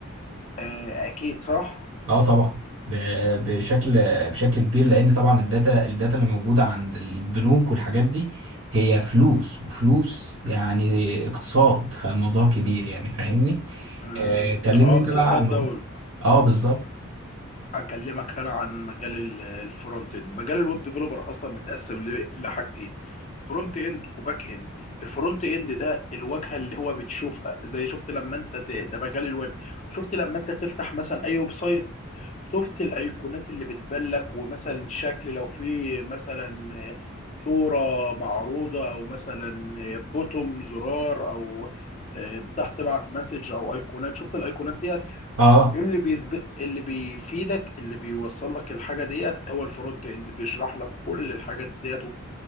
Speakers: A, on the left; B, on the right.
A: آه، اكيد صح
B: اه طبعا ب- بشكل بشكل كبير لان طبعا الداتا الداتا اللي موجوده عند البنوك والحاجات دي هي فلوس وفلوس يعني اقتصاد فالموضوع كبير يعني فاهمني
A: مم.
B: آه كلمني
A: اه
B: انت
A: اقتصاد
B: بقى عن
A: دولة
B: اه بالظبط
A: اكلمك انا عن مجال ال- الفرونت اند مجال الويب ديفلوبر اصلا متقسم ل- لحاجتين فرونت اند وباك اند الفرونت اند ده الواجهه اللي هو بتشوفها زي شفت لما انت ت... ده مجال الويب شفت لما انت تفتح مثلا اي ويب سايت شفت الايقونات اللي بتبان لك ومثلا شكل لو في مثلا صوره معروضه او مثلا بوتوم زرار او آه، تحت بعت مسج او ايقونات شفت الايقونات دي
B: اه
A: اللي بيسبق اللي بيفيدك اللي بيوصل لك الحاجه ديت هو الفرونت اند بيشرح لك كل الحاجات ديت